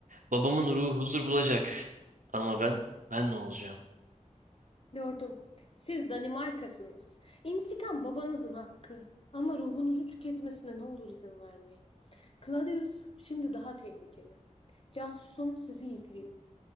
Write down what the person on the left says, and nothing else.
Lordum, siz Danimarkasınız. İntikam babanızın hakkı. Ama ruhunuzu tüketmesine ne olur izin vermeyin. Claudius şimdi daha tehlikeli. Casusum sizi izliyor.